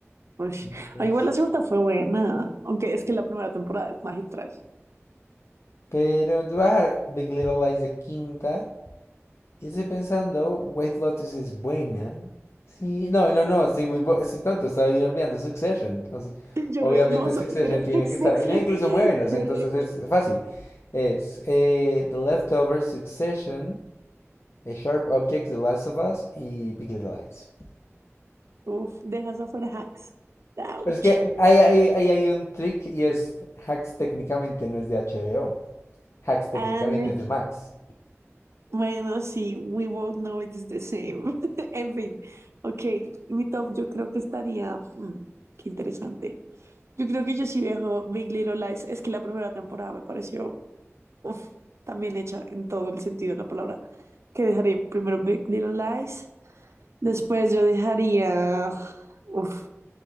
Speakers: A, on the right; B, on the left.
A: Ush.
B: Entonces,
A: Ah, Igual la segunda fue buena. Aunque es que la primera temporada es magistral.
B: pero te voy a dejar Big Little Lies de quinta. Y estoy pensando, White Lotus es buena. Sí, no, no, no, estoy muy, bo- estoy tonto, estaba yo olvidando Succession. Entonces,
A: <laughs> Yo
B: obviamente
A: re. No vas
B: Succession
A: a meter a Succession.
B: tiene que estar ahí. No, incluso
A: <laughs>
B: muévelos,
A: Yo
B: entonces
A: re.
B: es fácil. Es eh, The Leftovers, Succession, eh, Sharp Objects, The Last of Us y Big Little Lies.
A: Uf, dejas afuera hacks. Ouch.
B: Pero es que ahí hay, hay, hay un trick y es Hacks técnicamente no es de HBO. Hacks técnicamente
A: Ah,
B: es de Max.
A: bueno, sí. We both know it's the same. <laughs> En fin. Ok. Mi top yo creo que estaría. mm, qué interesante. Yo creo que yo sí viajo Big Little Lies. Es que la primera temporada me pareció uf, tan bien hecha en todo el sentido de la palabra. Que dejaría primero Big Little Lies. Después yo dejaría uf,